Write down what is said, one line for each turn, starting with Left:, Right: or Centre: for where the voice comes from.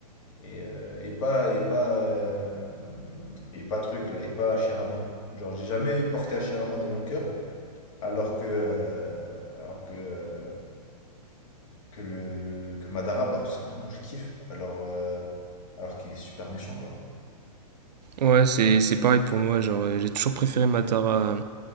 Left: Et, euh, et pas, et pas, euh, et pas truc, là, et pas Hashirama. Genre, j'ai jamais porté Hashirama dans mon cœur, alors que, euh, alors que, euh, que le, que Madara, bah, tout simplement, je kiffe. Alors, euh, alors qu'il est super méchant, quoi.
Right: Ouais, c'est c'est pareil pour moi, genre, euh, j'ai toujours préféré Madara euh,